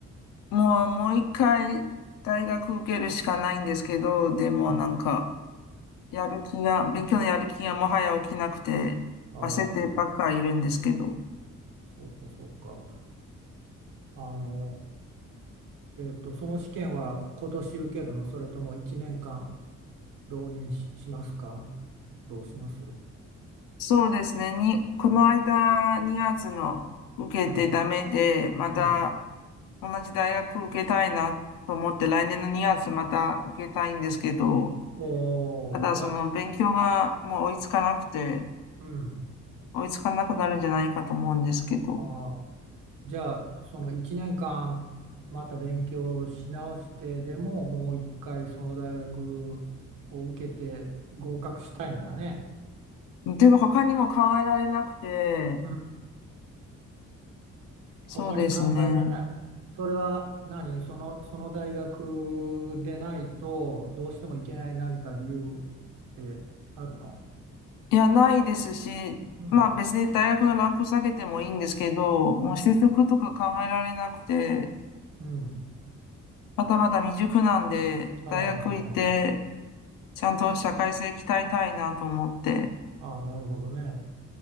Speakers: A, on the left; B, on the right.
A: もう、もう一回、大学受けるしかないんですけど、でもなんか、
B: うん。
A: やる気が、勉強のやる気がもはや起きなくて、
B: ああ、
A: 焦ってばっかいるんですけど。
B: そうかそうか。あの、えっと、その試験は今年受けるの、それとも1年間浪人し、しますか。どうします。う
A: そうですね。に、
B: ん
A: この間、2月の受けてダメで、
B: うん、
A: また
B: うん。
A: 同じ大学受けたいなと思って、来年の2月また受けたいんですけど、
B: おー、
A: ただその勉強がもう追いつかなくて、
B: ら、うん。
A: 追いつかなくなるんじゃないかと思うんですけど。
B: ああ、じゃあ、その1年間、また勉強し直してでも、もう一回その大学を受けて合格したいんだね。
A: でも他にも考えられなくて、
B: うん。
A: そうですね。
B: 他に考えられない。それは何、その、その大学でないと、どうしてもいけない何か理由ってあるの
A: いや、ないですし、
B: うん。
A: まあ別に大学のランク下げてもいいんですけど、もう就職とか考えられなくて、
B: うん。うん。
A: まだまだ未熟なんで、
B: ああ、
A: 大学行って、
B: ああ、あ
A: ちゃんと社会性鍛えたいなと思って、
B: あ、ああなるほどね。